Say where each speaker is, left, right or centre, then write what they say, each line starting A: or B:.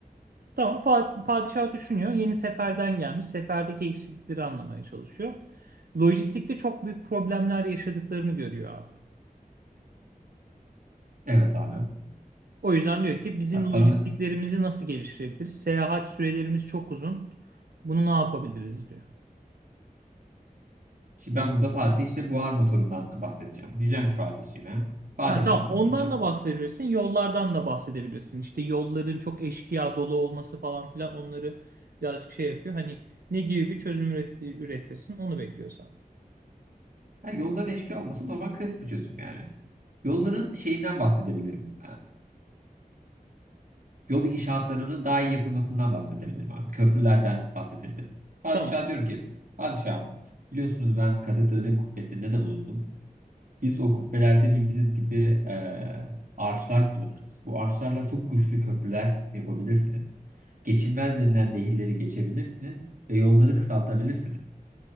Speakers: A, on the right (about 80°); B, on the right (about 60°).
A: Tamam Fat- padişah düşünüyor. Yeni seferden gelmiş. Seferdeki eksiklikleri anlamaya çalışıyor. Lojistikte çok büyük problemler yaşadıklarını görüyor abi.
B: Evet abi.
A: O yüzden diyor ki bizim
B: Ba-
A: lojistiklerimizi
B: Bana
A: nasıl geliştirebiliriz? Seyahat sürelerimiz çok uzun. Bunu ne yapabiliriz diyor.
B: şimdi ben burada Fatih işte buhar motorundan bahsedeceğim. Diyeceğim ki Fatih'ciğime. Padişahım
A: Ha tamam ondan
B: diyeceğim.
A: da bahsedebilirsin. Yollardan da bahsedebilirsin. İşte yolların çok eşkıya dolu olması falan filan onları birazcık şey yapıyor. Hani ne gibi bir çözüm üret- üretirsin onu bekliyorsan.
B: Ha, yolların eşkıya olması normal klasik bir çözüm yani. Yolların şeyinden bahsedebilirim. yol inşaatlarının daha iyi yapılmasından bahsedebilirim abi. Köprülerden bahsedebilirim. Padişah
A: Tamam.
B: diyorum ki, padişahım biliyorsunuz ben katedralin kubbesinde de bulundum. Biz o kubbelerde bildiğiniz gibi e, arçlar kullanırız. Bu arçlarla çok güçlü köprüler yapabilirsiniz. Geçilmez denilen nehirleri geçebilirsiniz ve yolları kısaltabilirsiniz